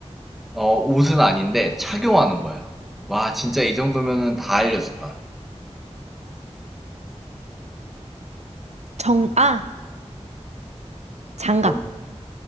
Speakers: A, in the centre; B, on the right (about 75°).
A: 어, 옷은 아닌데 착용하는 거야. 와, 진짜 이 정도면은 다 알려줬다.
B: 정, 아, 장갑.
A: 뭔?